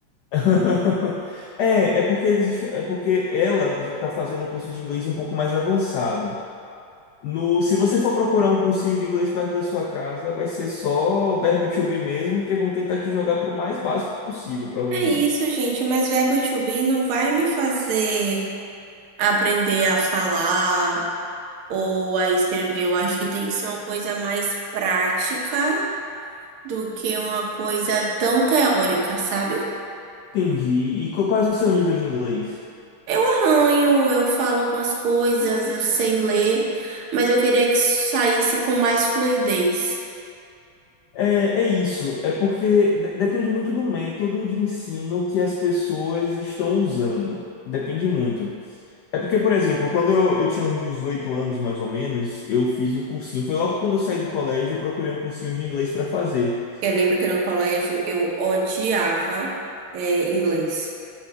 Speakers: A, on the left; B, on the right.
A: <laughs> É, é porque existe, é porque ela está fazendo um curso de inglês um pouco mais avançado. No, se você for procurar um cursinho de inglês perto da sua casa, vai ser só verbo to be mesmo, porque vão tentar te jogar para o mais básico possível, provavelmente.
B: É isso, gente, mas verbo to be não vai me fazer aprender a falar ou a escrever. Eu acho que tem que ser uma coisa mais prática do que uma coisa tão teórica, sabe?
A: Entendi. E qu- qual é o seu nível de inglês?
B: Eu arranho, eu falo algumas coisas, eu sei ler, mas eu queria que isso saísse com mais fluidez.
A: É, é isso, é porque de- depende muito do método de ensino que as pessoas estão usando. Depende muito. É porque, por exemplo, quando eu, eu tinha uns 18 anos, mais ou menos, eu fiz um cursinho. Foi logo quando eu saí do colégio, eu procurei um cursinho de inglês para fazer.
B: Eu lembro que no colégio eu odiava, é, inglês.